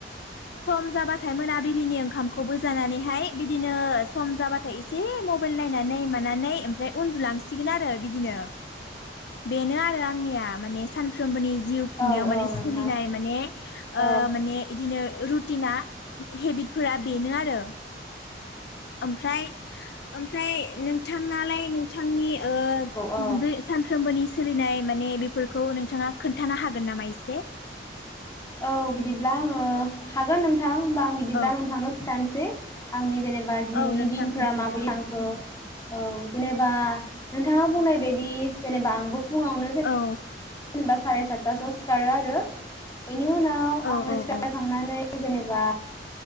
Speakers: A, on the left (about 65°); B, on the left (about 20°).
A: ओ सम जाबाथाय मोनाबिलिनि ओंखामखौबो जानानैहाय बिदिनो सम जाबाथाय एसे मबाइल नायनानै मानानै ओमफ्राय उनदुलांसिगोन आरो बिदिनो बेनो आरो आंनिया माने सानफ्रोमबोनि जिउ खुंनायाव
B: औ औ
A: माने सोलिनाय
B: नोंथां औ
A: माने
B: औ नोंथां औ
A: ओ माने इदिनो रु टिना हेबिटफोरा बेनो आरो। ओमफ्राय आमफ्राय नों नोंथाङालाय नोंथांनि ओ
B: औ
A: दै सानफ्रोमबोनि सोलिनाय माने बेफोर खौ नोंथाङा खोनथानो हागोन नामा एसे?
B: औ बिदिब्ला आङो हागोन नों थां होनबा आं बिदिब्ला
A: औ
B: नोंथांनो खिथानोसै आंनि जेनेबा दिनैनि
A: औ नोंथां
B: दिनफोरा
A: खोन्थादो
B: माबै
A: औ
B: लांखौ औ जेनेबा नोंथाङा बुंनाय बाय बि जेनेबा आंबो फुङावनो
A: औ।
B: जेनेबा साराय सातथासोआव सिखारो आरो। बेनि उनाव
A: औ
B: आङो
A: औ
B: सिखारखांनानै
A: औ
B: जेनेबा